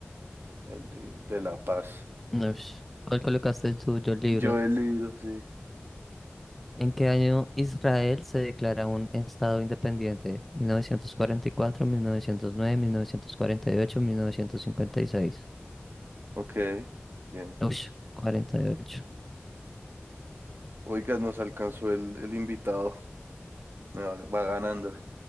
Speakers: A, on the right; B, in the centre.
A: El lib- de la Paz.
B: Ush. ¿Cuál colocaste tú, yo el libro?
A: Yo el libro, sí.
B: ¿En qué año Israel se declara un estado independiente? mil mil mil mil novecientos novecientos novecientos cuarenta cuarenta y y cuatro, nueve, ocho, 1944, 1909, 1948, 1956.
A: Ok, bien.
B: Uy, 48.
A: Oiga, nos alcanzó el, el invitado. Me va va ganando.